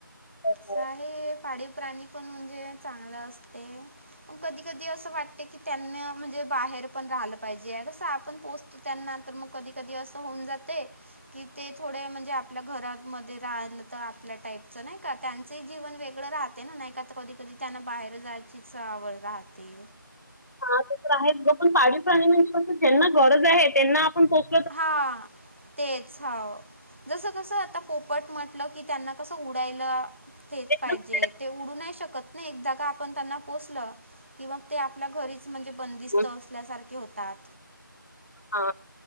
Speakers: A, on the left; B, on the right.
A: <inaudible>
B: साही हे पाडीव प्राणी पण म्हणजे चांगलं असते. पण कधी कधी असं वाटते की त्यांनी म्हणजे बाहेर पण राहिलं पाहिजे कसं आपण पोस्ट त त्यांना तर मग कधी कधी असं होऊन जाते. कि ते थोडे म्हणजे आपल्या घरामध्ये राहिलं तर आपल्या टाईपच नाही का त्यांचंही जीवन वेगळं राहते ना नाही, का ता कधी कधी त्यांना बाहेर जायचीच आवड राहते.
A: हा ते तर आहेच ग पाळीव प्राणी ज्यांना गरज आहे त्यांना आपण पोसत
B: हा तेच होव जसं कसं आता पोपट म्हटलं की, त्यांना कसं उडायला तेच
A: एकदम
B: पाहिजेत.
A: फ्रीडम
B: ते उडू नाही शकत नाही, एक जागा आपण त्यांना पोसलं. कि मग ते आपल्या घरीच म्हणजे बंदिस्त
A: राहतो.
B: असल्यासारखे होतात.
A: हा